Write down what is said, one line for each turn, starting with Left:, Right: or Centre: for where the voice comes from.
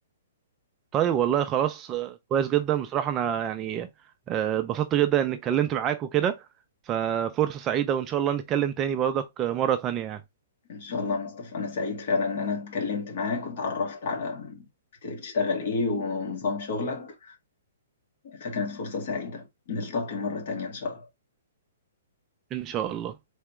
Right: طيب والله خلاص آه، كويس جدا بصراحة أنا يعني آه، اتبسطت جدا إني اتكلمت معاك وكده ففرصة سعيدة وإن شاء الله نتكلم تاني برضك آه، مرة تانية يعني
Left: إن شاء الله يا مصطفى أنا سعيد فعلا إن أنا اتكلمت معاك واتعرفت على بت- بتشتغل إيه ونظام شغلك فكانت فرصة سعيدة نلتقي مرة تانية إن شاء الله
Right: إن شاء الله